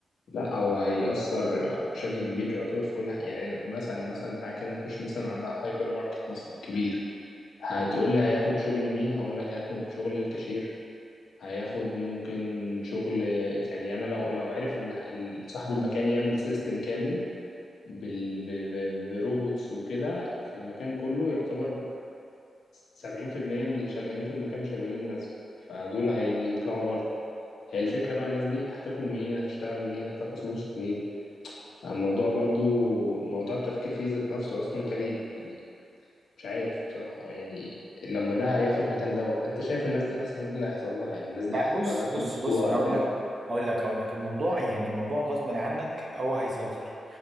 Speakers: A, on the left; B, on the right.
A: لا هو هيأثر بشكل كبير يعتبر في كل حاجة يعني مثلا مثلا تعالى كده نخش مثلا على هايبر ماركت مثلا كبير هتقول لي هياخد شغل مين هقول لك هياخد شغل الكاشير هياخد ممكن شغل يعني انا لو لو عرف ان ال- صاحب المكان يعمل سيستم كامل بال ب- ب- بروبوتس وكده في المكان كله يعتبر سبعين في المية من اللي شغالين في المكان مش هيبقى ليهم لازمة فدول هيطلعوا بره هي الفكرة بقى الناس دي هتاكل منين هتشتغل منين هتاخد فلوس منين الموضوع برضو موضوع التفكير فيه ذات نفسه أصلا غريب يعني مش عارف بصراحة يعني لما ده هياخد مكان دوت أنت شايف الناس دي أصلا إيه اللي هيحصل لها يعني الناس دي
B: لا
A: هت-
B: بص
A: هتجوع
B: بص بص انا
A: ولا
B: اقول
A: تعمل
B: لك اقول لك اقول لك الموضوع يعني موضوع غصب عنك هو هيسيطر